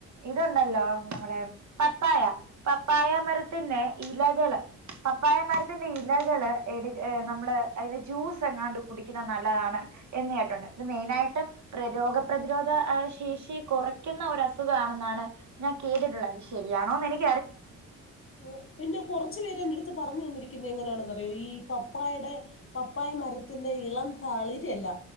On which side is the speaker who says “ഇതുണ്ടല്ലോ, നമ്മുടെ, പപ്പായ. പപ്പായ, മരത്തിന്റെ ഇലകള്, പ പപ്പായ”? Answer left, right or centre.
Right